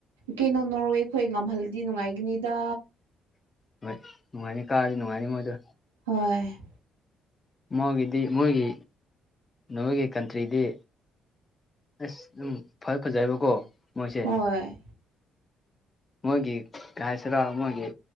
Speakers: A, on the right (about 75°); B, on the left (about 30°).
A: ꯀꯩꯅꯣ ꯅꯣꯔꯋꯦꯈꯣꯏ ꯉꯝꯍꯜꯗꯤ ꯅꯨꯡꯉꯥꯏꯒꯅꯤꯗ
B: ꯍꯣꯏ ꯅꯨꯡꯉꯥꯏꯅꯤ ꯀꯥꯔꯗꯤ ꯅꯨꯡꯉꯥꯏꯅꯤ ꯃꯣꯏꯗꯣ
A: ꯍꯣꯏ
B: ꯃꯣꯏꯒꯤꯗꯤ ꯃꯣꯏꯒꯤ ꯅꯣꯔꯋꯦꯒꯤ ꯀꯟꯇ꯭ꯔꯤꯗꯤ ꯑꯁ ꯑꯗꯨꯝ ꯐꯗꯤ ꯐꯖꯩꯕꯀꯣ ꯃꯣꯏꯁꯦ
A: ꯍꯣꯏ
B: ꯃꯣꯏꯒꯤ ꯀꯥꯏꯁꯤꯔꯥ ꯃꯣꯏꯒꯤ